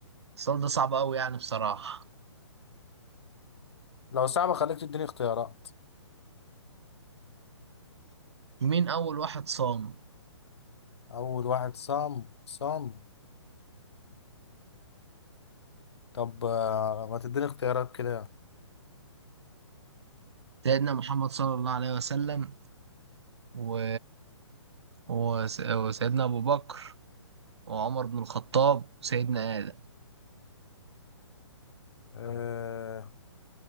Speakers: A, on the right (about 60°); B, on the left (about 60°).
A: السؤال ده صعب قوي يعني بصراحة
B: لو صعبة خليك تديني اختيارات
A: مين أول واحد صام؟
B: أول واحد صام صام طب آه، ما تديني اختيارات كده
A: سيدنا محمد صلى الله عليه وسلم و... وس... وسيدنا أبو بكر وعمر بن الخطاب وسيدنا آدم
B: آه